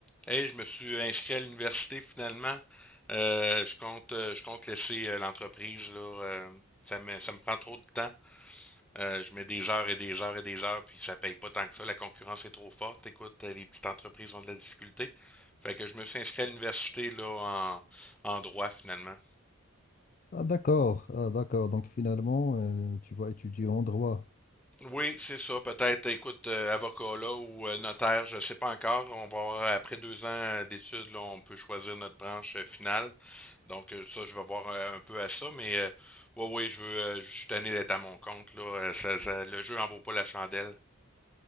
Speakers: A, in the centre; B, on the left.
A: Hey, je me suis inscrit à l'université finalement. Euh, je compte, euh, je compte laisser euh, l'entreprise là. euh, ça me, ça me prend trop de temps. Euh, je mets des heures et des heures et des heures, puis ça paye pas tant que ça. La concurrence est trop forte. Écoute, euh, les petites entreprises ont de la difficulté. Fait que je me suis inscrit à l'université là en, en droit finalement.
B: Ah, d'accord, ah, d'accord. Donc finalement, euh, tu vas étudier en droit.
A: Oui, c'est ça. Peut-être, écoute, euh, avocat là ou euh, notaire, je ne sais pas encore. On va avoir, après deux ans euh, d'études, là, on peut choisir notre branche euh, finale. Donc, euh, ça, je vais voir euh, un peu à ça. Mais euh, ouais, oui, je veux, euh, je suis tanné d'être à mon compte, là. Euh, Ça, ça- le jeu en vaut pas la chandelle.